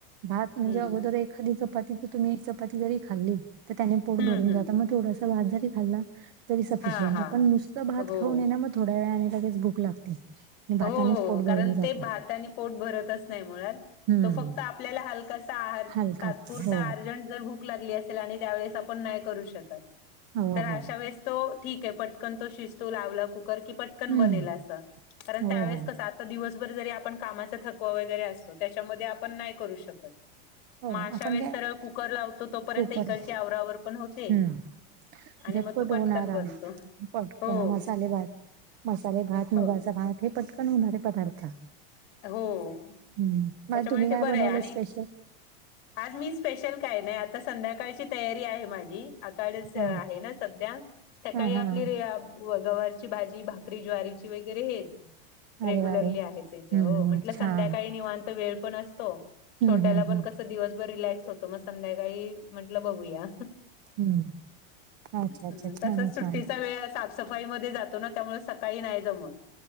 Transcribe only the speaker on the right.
भात म्हणजे
अगोदर एखादी चपाती तुम्ही एक चपाती जरी खाल्ली, तर त्याने
पोट भरून
जात. म थोडस भात जरी खाल्ला, तरी सफिशियंटे
पण नुसत भात
खाऊन ये ना म थोड्या वेळाने लगेच भूक लागते.
भातानेच
पोट भरून
जात
हम्म
हलकाच
हो
हो
हो
हम्म
हो
हो
हो
आपण
काय
कुकर
हम्म
झटपट
होणारा
पटकन
मसालेभात मसाले भात, मुगाचा
भात हे पटकन होणारे पदार्थ.
हम्म,
म तुम्ही
काय
बनवलं
स्पेशल?
हा
हा
हा
अरे वा रे
हम्म
हम्म
छान
हम्म
हम्म
हम्म
हम्म अच्छा अच्छा
छान
आहे, छान